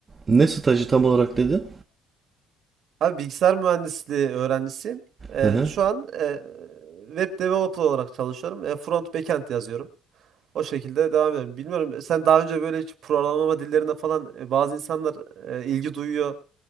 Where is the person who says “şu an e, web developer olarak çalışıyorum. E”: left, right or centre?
Right